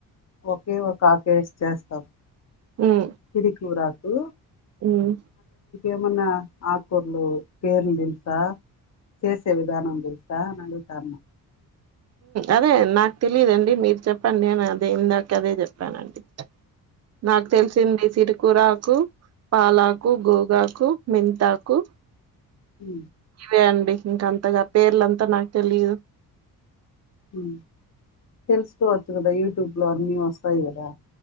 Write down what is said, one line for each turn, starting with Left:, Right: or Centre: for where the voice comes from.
Left: ఒకే ఒక కేసు చేస్తాం
Right: ఉమ్
Left: ఇది కూరా ఓ
Right: ఉమ్
Left: ఎమన్నా ఆకూర్లు పేర్లు తెలుసా చేసే విధానం తెలుసా అనిడుగుతా అన్నా
Right: అదే నాకు తెలిదండి మీరు చెప్పండి నేను అదే ఇందాక అదే చెప్పానండి నాక్ తెల్సింది సిర్ కురకు పాలాకు గోగాకు మింతాకు
Left: ఉ
Right: లే అండి ఇంక అంతగా పేర్లంతా నాకు తెలిదు
Left: ఉ తెల్సుకోవచ్చు కదా యుట్యూబ్ లో అన్ని వస్తాయి కదా